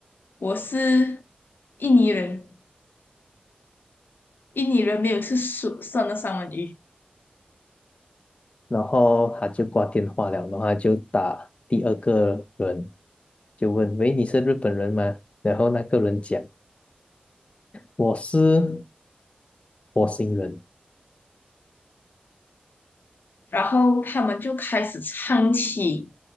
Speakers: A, on the left; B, on the left.
A: 我是印尼人，印尼人没有吃熟生的三文鱼。
B: 然后他就挂电话了，然后他就打第二个人，就问：“喂，你是日本人吗？”然后那个人讲：“我是火星人。”
A: 然后他们就开始唱起